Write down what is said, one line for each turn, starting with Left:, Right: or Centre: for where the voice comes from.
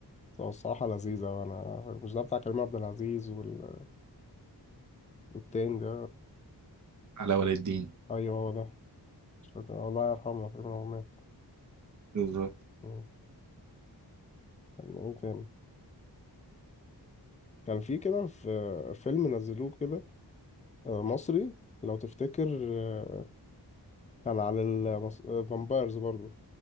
Left: هو الصراحة لذيذة وأنا مش ده بتاع كريم عبد العزيز وال... والتاني ده
Right: علاء ولي الدين
Left: أيوه هو ده شكرا الله يرحمه تقريبا هو مات
Right: بالظبط
Left: مم. كان ايه تاني كان في كده في فيلم نزلوه كده آه، مصري لو تفتكر آه، كان على المص- آه، الفامبايرز برضه